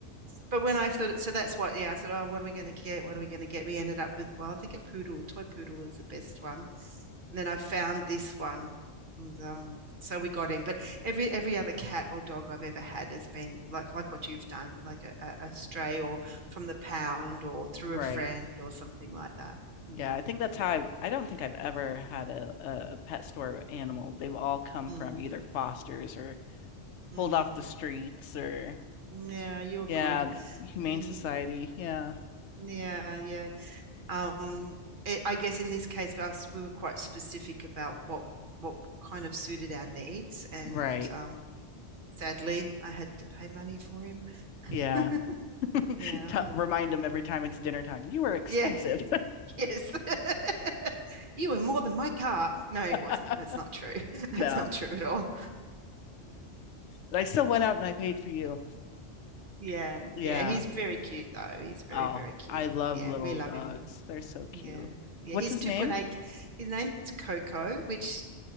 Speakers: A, on the right (about 50°); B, on the left (about 75°).
A: but when I thought it, so that's why, yeah, I said, oh, what are we going to get? What are we going to get? We ended up with, well, I think a poodle, a toy poodle is the best one. And then I found this one. And, um, so we got him. But every every other cat or dog I've ever had has been like like what you've done, like a, a, a stray or from the pound or through
B: Right.
A: a friend or something like that. Mm,
B: Yeah, I think that's how I've, I don't think I've ever had a, a, a pet store animal. They've all come
A: mm,
B: from either fosters or
A: mm.
B: pulled off the streets or,
A: Yeah, you're
B: yeah,
A: good.
B: the Humane
A: Mm,
B: Society. Yeah,
A: yeah, yeah. Um, it, I guess in this case, us we were quite specific about what what kind of suited our needs, and
B: right.
A: um, sadly, I had to pay money for him.
B: Yeah.
A: <laughs>
B: <laughs>
A: yeah,
B: Tell remind them every time it's dinner time, you are expensive.
A: yeah, yes. <laughs> you were more than my car. No, it
B: <laughs>
A: wasn't. That's not true. <laughs>
B: No,
A: That's not true at all.
B: but I still went out and I paid for you.
A: <laughs> yeah,
B: Yeah.
A: yeah. He's very cute though. He's very,
B: Oh,
A: very cute.
B: I love
A: Yeah,
B: little
A: we love
B: dogs.
A: him.
B: They're so
A: Yeah,
B: cute.
A: yeah.
B: What's
A: He's
B: his
A: two
B: name?
A: point eight. His name's Coco, which